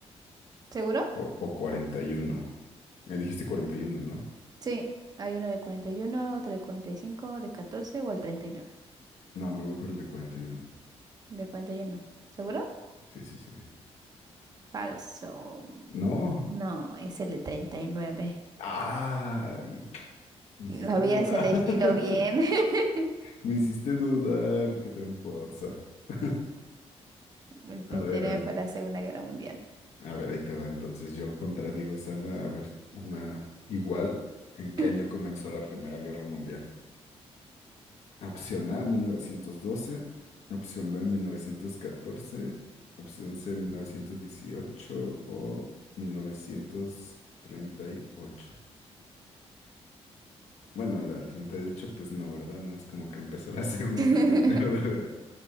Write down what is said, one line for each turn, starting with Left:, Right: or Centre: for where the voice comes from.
Right: ¿Seguro?
Left: o, o 41. Me dijiste 41, ¿no?
Right: Sí, hay uno de cuarenta y uno otro de cuarenta y cinco de 14 o el treinta y nueve
Left: No, me voy por el de 41.
Right: De cuarenta y uno ¿Seguro?
Left: Sí, sí, sí.
Right: Falso.
Left: No.
Right: No, es el de treinta y nueve
Left: Ay, me hiciste
Right: Lo habías
Left: dudar.
Right: elegido
Left: <laughs>
Right: bien. <laughs>
Left: Me hiciste dudar. Qué tramposa. <laughs>
Right: El
Left: A
Right: treinta
Left: ver,
Right: y nueve
Left: ahí
Right: fue la Segunda Guerra Mundial.
Left: A ver, ahí te va. Entonces yo contradigo esa. la- A ver, una igual. ¿En qué
Right: <laughs>
Left: año comenzó la Primera Guerra Mundial? Opción A, 1912. Opción B, 1914. Opción C, 1918 o 1938. Bueno, la 38, pues no, ¿verdad? No es como que empezó la <laughs> segunda,
Right: <clears throat>
Left: la primera <laughs> y luego luego la...